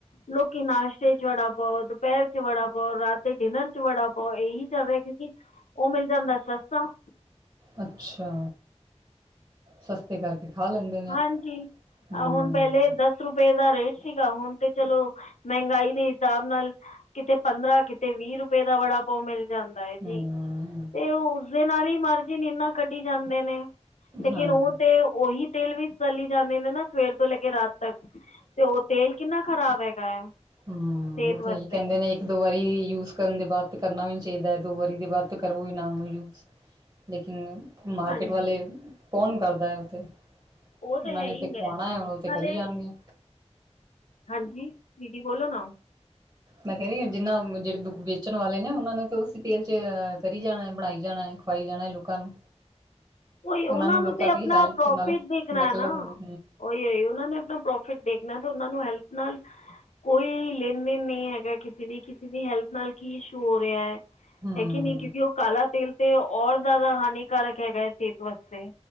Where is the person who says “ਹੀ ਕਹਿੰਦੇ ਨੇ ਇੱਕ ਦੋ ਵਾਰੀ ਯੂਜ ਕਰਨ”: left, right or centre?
Right